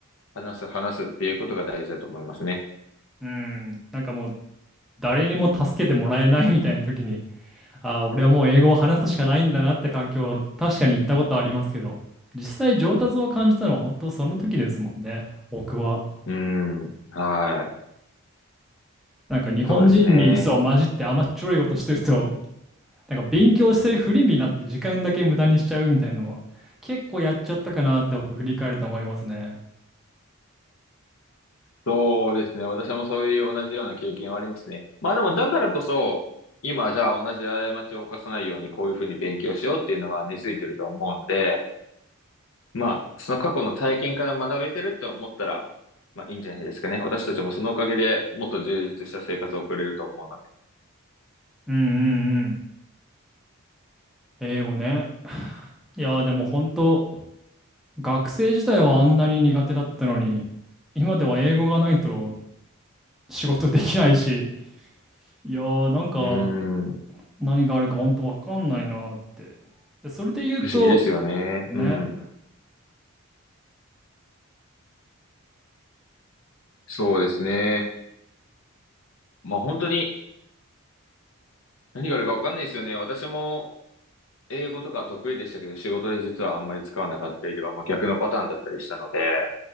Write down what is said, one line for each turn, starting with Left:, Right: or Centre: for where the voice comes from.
Left: 話す、話すっていうことが大事だと思いますね。
Centre: うん。なんかもう誰にも助けてもらえないみたいな時に、ああ、俺はもう英語を話すしかないんだなって環境、確かに行ったことはありますけど、実際上達を感じたのは本当その時ですもんね。僕は。
Left: うん。はい。
Centre: なんか日本人にそう混じって甘っちょろいことしてると、
Left: そうですね。
Centre: なんか勉強してるふりになって時間だけ無駄にしちゃうみたいなのは、結構やっちゃったかなって僕振り返ると思いますね。
Left: そうですね。私もそういう同じような経験はありますね。まあでも、だからこそ、今、じゃあ同じ過ちを犯さないように、こういうふうに勉強しようっていうのは根付いてると思うので、まあ、その過去の体験から学べてるって思ったら、まあいいんじゃないですかね。私たちもそのおかげでもっと充実した生活を送れると思うので。
Centre: うんうんうん。英語ね。<sighs> いやーでも本当、学生自体はあんなに苦手だったのに、今では英語がないと仕事できないし、いやーなんか
Left: うーん。
Centre: 何があるか本当わかんないなーって。で、それで言うと、
Left: 不思議ですよね。
Centre: ね、
Left: うん。そうですね。まあ本当に何があるかわかんないですよね。私も英語とか得意でしたけど、仕事で実はあんまり使わなかったりとか、まあ、逆のパターンだったりしたので、